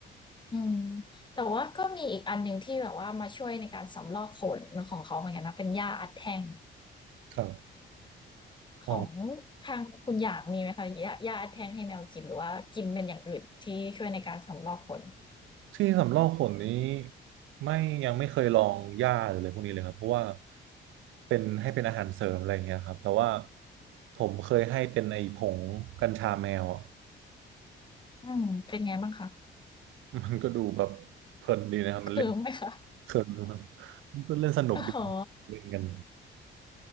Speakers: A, on the left; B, on the right.
A: อืมแต่ว่าก็มีอีกอันหนึ่งที่แบบว่ามาช่วยในการสำรอกขนของเขาเหมือนกันนะเป็นหญ้าอัดแท่ง
B: ครับ
A: ของ
B: อ๋อ
A: ทางคุณหยางมีไหมคะหญ้าหญ้าอัดแท่งให้แมวกินหรือว่ากินเป็นอย่างอื่นที่ช่วยในการสำรอกขน
B: ที่สำรอกขนนี้ไม่ยังไม่เคยลองหญ้าหรืออะไรพวกนี้เลยครับเพราะว่าเป็นให้เป็นอาหารเสริมอะไรอย่างเงี้ยครับแต่ว่าผมเคยให้เป็นไอ้ผงกัญชาแมวอะ
A: อืมเป็นไงบ้างคะ
B: <laughs> มันก็ดูแบบเพลินดีนะครับมันเล่น
A: เคืมไหมคะ
B: เพลินมันก็เล่นสนุกดีนะเล่นกัน
A: <laughs> อ๋อ